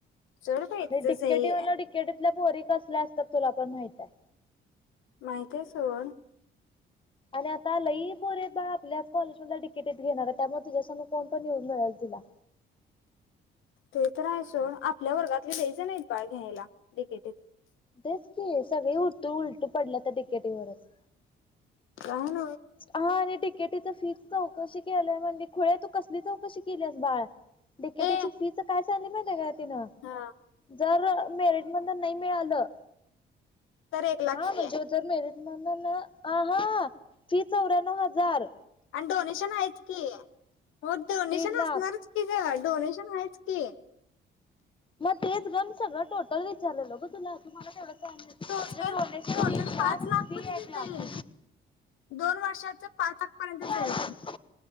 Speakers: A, on the left (about 85°); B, on the left (about 25°).
A: सोड बाई
B: म्हणलेटीत
A: तिचं सही
B: पोरी कसल्या असतात तुला पण माहित आहे
A: माहित आहे सण
B: आणि आता आ लई बोर बा आपल्याच कॉलेज मधल्या तिकीटेत घेणार त्यामुळे तुझ्यासमून कोणत न्यूज मिळेलते हा
A: ते तर्र असण आपल्या वर्गातले बहीजण आहेत बाळ घ्यायला विकेटीत
B: तेच क सगळे उलटू उलटू पडलं तर तिकेटीवरच
A: काण
B: हा आणि तिकेटीच फीच चौकशी केलंय म्हण खोळे तू कसली चौकशी केलीस बाळ तिकेटाची
A: ए
B: फीच काय चालली म
A: हा
B: जर मेरिट म नाही मिळालं
A: तर एक लाख
B: हा
A: फी
B: म्हणजे
A: आहे
B: जर मेरीत म्ह ना आ हा फी चौऱ्याण्व हजार
A: आणि डोनेशन आहेच की हो डोनेशन
B: दीड लाख
A: असणारच की ग डोनेशन आहेच क
B: मग तेच गम सग टोटल विचारलेल ब तुलाला
A: टोटल
B: ज डोनेशन
A: टोटल
B: बाद
A: पाच
B: फ
A: लाख पर्यंत
B: आहे तेलाख
A: जाईल. दोन वर्षाच पाच आक पर्यंत जाईल
B: अडीच